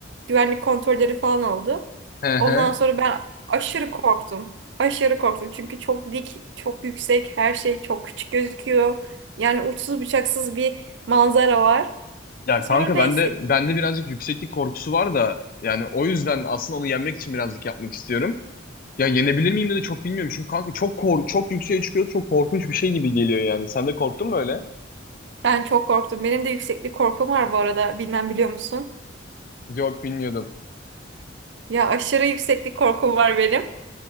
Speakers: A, on the right; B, on the left.
A: Güvenlik kontrolleri falan oldu.
B: Hı hı.
A: Ondan sonra ben aşırı korktum. Aşırı korktum. Çünkü çok dik, çok yüksek, her şey çok küçük gözüküyor. Yani uçsuz bucaksız bir manzara var.
B: Ya
A: Sonra
B: kanka
A: neyse
B: ben de bende birazcık yükseklik korkusu var da yani o yüzden aslında onu yenmek için birazcık yapmak istiyorum. Ya yenebilir miyim de çok bilmiyorum. Çünkü kanka çok kor çok yükseğe çıkıyoruz. Çok korkunç bir şey gibi geliyor yani. Sen de korktun mu öyle?
A: ben çok korktum. Benim de yükseklik korkum var bu arada. Bilmem biliyor musun?
B: Yok bilmiyordum.
A: Ya aşırı yükseklik korkum var benim.